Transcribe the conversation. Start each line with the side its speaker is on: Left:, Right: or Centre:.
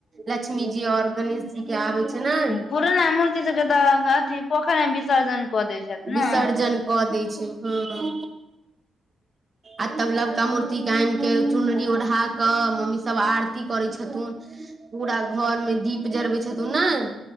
Right: लक्ष्मी जी और गणेश ठिके आबैय छै नाऽ
Left: पुरना मूर्ति सब के तऽ अथी पोखर में विसर्जन कऽ दै छथि
Right: विसर्जन
Left: ने
Right: कऽ दै छय हं आ तब लबका मूर्ति के आन के चुनरी ओढ़ा कऽ मम्मी सब आर ती करै छथुन पूरा घर में दीप जरबै छथुन ने